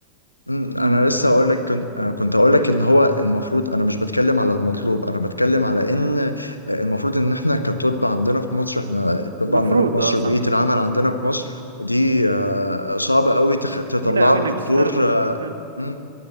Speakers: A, on the left; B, on the right.
A: مم،
B: مم.
A: انا لسه هقول لك كنت آه، كنت هقول لك ان هو المفروض انا مش بتكلم على المطلوب انا بتكلم على ان آه، المفروض ان احنا كطب عندنا في مصر احنا الطب
B: مفروض
A: عندنا في مصر
B: اه صح
A: وبيئه العمل عندنا في مصر دي آه، صعبة قوي تخ- تطلعك
B: قليلة قوي انك
A: دكتور
B: تشتغل في الخليج فعلا.
A: امم